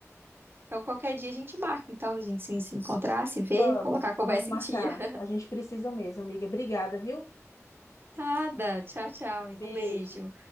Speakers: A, on the right; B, on the left.
A: Então, qualquer dia a gente marca, então, da gente se, se encontrar, se ver,
B: Vamos,
A: colocar a conversa
B: vamos marcar.
A: em dia. <laughs>
B: A gente precisa mesmo, amiga. Obrigada, viu?
A: Nada. Tchau, tchau, amigo.
B: Beijo.
A: Um beijo.